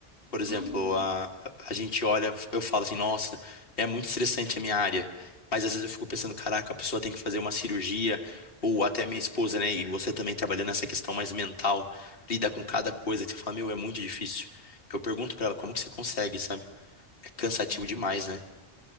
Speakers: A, on the left (about 55°); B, on the right (about 20°).
A: Por exemplo,
B: Uhum.
A: a, a gente olha, eu falo assim, nossa, é muito estressante a minha área. Mas às vezes eu fico pensando, caraca, a pessoa tem que fazer uma cirurgia, ou até minha esposa, né? E você também trabalhando nessa questão mais mental, lida com
B: Uhum.
A: cada coisa que você fala, meu, é muito difícil. Eu pergunto pra ela, como que você consegue, sabe? É cansativo
B: Uhum.
A: demais, né?